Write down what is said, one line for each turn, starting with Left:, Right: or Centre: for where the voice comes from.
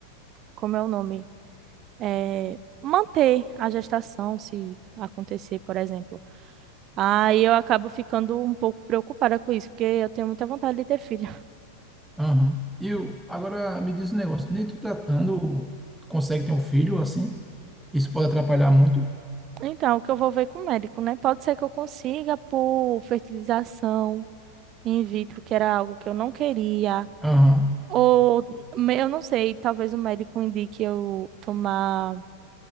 Right: como é o nome? É, manter a gestação, se acontecer, por exemplo. Aí eu acabo ficando um pouco preocupada com isso, porque eu tenho muita vontade de ter filho. <laughs>
Centre: Aham. E o- agora me diz um negócio, nem tu tratando, tu consegue ter um filho assim? Isso pode atrapalhar muito?
Right: Então, o que eu vou ver com o médico, né? Pode ser que eu consiga por fertilização in vitro, que era algo que eu não queria.
Centre: Aham,
Right: Ou, me- eu não sei, talvez o médico indique eu tomar